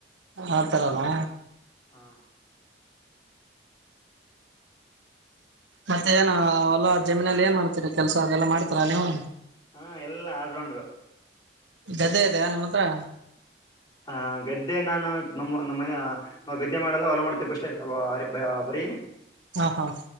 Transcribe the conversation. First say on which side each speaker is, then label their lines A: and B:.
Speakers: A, on the right; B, on the left.
A: ಆತರಲ್ಲ
B: ಹಾ
A: ಮತ್ತೆ ಏನ ಎಲ್ಲ ಜಮೀನಲ್ಲಿ ಏನ್ ಮಾಡ್ತೀರಿ ಕೆಲ್ಸ ಅದೆಲ್ಲ ಮಾಡ್ತರಾ ನೀವು
B: ಹಾ ಎಲ್ಲಾ ಆಲ್ರೌಂಡರು
A: ಗದ್ದೆ ಇದೆ ನಿಮ್ಮ ಹತ್ರ
B: ಹ ಗದ್ದೆ ನಾನು ನಮ್ಮ ನಮ್ಮನೆ ನಾವು ಗದ್ದೆ ಮಾಡಲ್ಲ ಹೊಲ ಮಾಡ್ತೇವಿ ಬಸ್ೇ ಬರಿೀ
A: ಹಾ ಹಾ